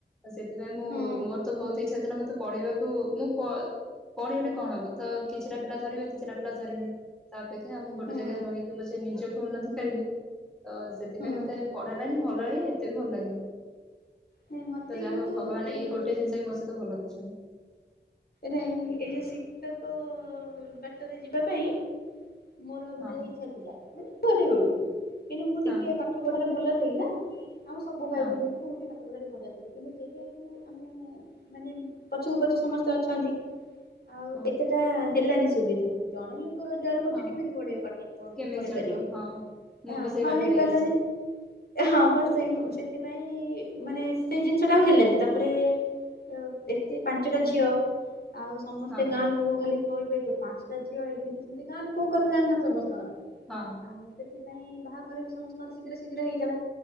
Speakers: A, in the centre; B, on the left (about 55°).
A: ତ ସେଥିପାଇଁ ମୁଁ
B: ହୁଁ
A: ମୋର ତ ବହୁତ ଇଚ୍ଛା ଥିଲା ମୋତେ ପଢେଇବାକୁ ହୁ ମୁଁ ପଢେଇଲେ କଣ ହବ ତ କିଛିଟା ପିଲା ଧରିବେ କିଛିଟା ପିଲା ଧରିବେନି। ତାପେକ୍ଷା ମୁଁ ଗୋଟେ
B: ହୁଁ
A: ଜାଗା ରହିକି ପଛ ନିଜକୁ ଉନ୍ନତି କରିବି। ତ ସେଥିପାଇଁ
B: ହୁଁ
A: ମତେ ପଢା ହେଲାଗନି ଭଲ ଲାଗେ ଏତେ ବି ଭଲ ଲାଗେନି।
B: ନାଇଁ ମତେ
A: ତ ଯାହା
B: କିନ୍ତୁ
A: ହଉ ଭଗବାନ ଏଇ
B: ଯୋଉ
A: ଗୋଟେ ଜିନିଷ ହଁ ମୋ ସହିତ ଭଲ କରିଛନ୍ତି।
B: ନାଇଁ ଏଇ ଯୋଉଁ ଶିକ୍ଷକ ବାଟରେ ଯିବା ପାଇଁ ମୋର
A: ହଁ
B: ଭାରି ଇଛା ଥିଲା ମାନେ ଛୁଆଟେ ବେଳୁ କିନ୍ତୁ ମୁଁ ଟିକେ
A: ହଁ
B: ପା ଠାରେ ଭଲ ଥିଲି ନା ଆମ ସବୁ ଭାଇ
A: ହଁ।
B: ଭଉଣି ଭିତରୁ ଗୋଟେ ସବୁ ଭଲ ଥିଲି କିନ୍ତୁ ଯେହେତୁ ଆମେ ମାନେ ପଛକୁ ପଛ ସମସ୍ତେ ଅଛନ୍ତି ଆଉ
A: ହଁ
B: ଏତେଟା ହେଲାନି ସୁବିଧା ଜଣେ ଲୋକ ରୋଜଗାର କରୁଛି
A: ହଁ
B: କେମିତି ପଢେଇ ପାଠ ପଢେଇ
A: କେମିତି ଚଳିବ
B: ପାରିବା।
A: ହଁ ମୁଁ
B: ହଁ
A: ବି ସେଇ ବାଟ
B: ହେଇପାରିଲାନି।
A: ଦେଇ ଆସିଛି
B: ହଁ ବା ସେଇ ସେଥିପାଇଁ ମାନେ ସେଇ ଜିନିଷ ଟା ଆ ହେଲାନି ତାପରେ ତ ଏତେ ପାଞ୍ଚଟା ଝିଅ ଆଉ ସମସ୍ତେ
A: ହଁ
B: ଗାଁ ଲୋକ ଖାଲି କହିବେ ତୁ ପାଞ୍ଚଟା ଝିଅ ଏମିତି ସେମିତି ଗାଁ ଲୋକ ଙ୍କ କଥା ଜାଣିନ ସମସ୍ତଙ୍କର
A: ହଁ।
B: ଆ ସେଥିପାଇଁ ବାହାଘର ବି ସମସ୍ତଙ୍କର ଶୀଘ୍ର ଶୀଘ୍ର ହେଇଗଲା